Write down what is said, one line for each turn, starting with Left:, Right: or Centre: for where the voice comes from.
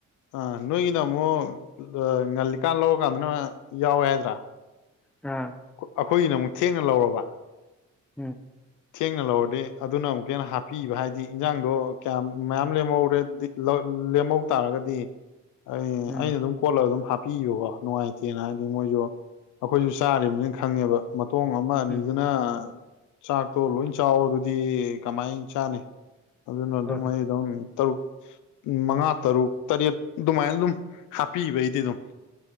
Left: ꯑꯥ ꯅꯣꯏꯒꯤꯅ ꯑꯃꯨꯛ ꯉꯜꯂꯤꯀꯥꯟ ꯂꯔꯀꯥꯟꯗꯅ ꯌꯥꯎꯋꯦ ꯍꯥꯏꯗ꯭ꯔꯥ
Centre: ꯑꯥ
Left: ꯑꯩꯈꯣꯏꯒꯤꯅ ꯑꯃꯨꯛ ꯊꯦꯡꯅ ꯂꯧꯔꯕ
Centre: ꯎꯝ
Left: ꯊꯦꯡꯅ ꯂꯧꯔꯗꯤ ꯑꯗꯨꯅ ꯑꯃꯨꯛꯀ ꯍꯦꯟꯅ ꯍꯥꯞꯄꯤꯕ ꯍꯥꯏꯗꯤ ꯏꯟꯖꯥꯡꯗꯣ ꯀꯌꯥꯝ ꯃꯌꯥꯝ ꯂꯦꯝꯍꯧꯔꯦ ꯂꯦꯝꯍꯧ ꯇꯥꯔꯒꯗꯤ ꯑꯩ
Centre: ꯎꯝ
Left: ꯑꯩꯅ ꯑꯗꯨꯝ ꯀꯣꯠꯂꯒ ꯑꯗꯨꯝ ꯍꯥꯞꯄꯤꯕꯣꯀꯣ ꯅꯨꯡꯉꯥꯏꯇꯦꯅ ꯍꯥꯏꯗꯤ ꯃꯣꯏꯁꯨ ꯑꯩꯈꯣꯏꯁꯨ ꯆꯥꯔꯤꯕꯅꯤꯅ ꯈꯪꯉꯦꯕ ꯃꯇꯣꯡ ꯑꯃ ꯑꯅꯤꯗꯨꯅ
Centre: ꯎꯝ
Left: ꯆꯥꯛꯇꯣ ꯂꯣꯏ ꯆꯥꯛꯑꯣ ꯑꯗꯨꯗꯤ ꯀꯃꯥꯏꯅ ꯆꯥꯅꯤ ꯑꯗꯨꯅ ꯑꯗꯨꯝ
Centre: ꯍꯣꯏ
Left: ꯑꯩ ꯑꯗꯨꯝ ꯇꯔꯨꯛ ꯃꯉꯥ ꯇꯔꯨꯛ ꯇꯔꯦꯠ ꯑꯗꯨꯃꯥꯏꯅ ꯑꯗꯨꯝ ꯍꯥꯞꯄꯤꯕꯩꯗꯤ ꯑꯗꯨꯝ